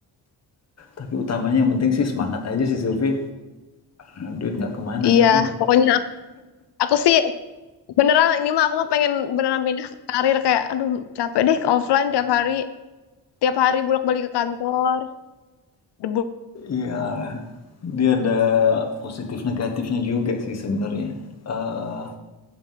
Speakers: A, on the left (about 40°); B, on the left (about 85°).
A: Tapi utamanya yang penting sih semangat aja sih Silvi. Eh, Duit nggak kemana
B: Iya,
A: kan ya nggak?
B: pokoknya aku sih beneran ini mah aku mah pengen beneran pindah karir kayak aduh capek deh ke offline tiap hari tiap hari bolak-balik ke kantor debu
A: Iya, dia ada positif negatifnya juga sih sebenarnya. Eh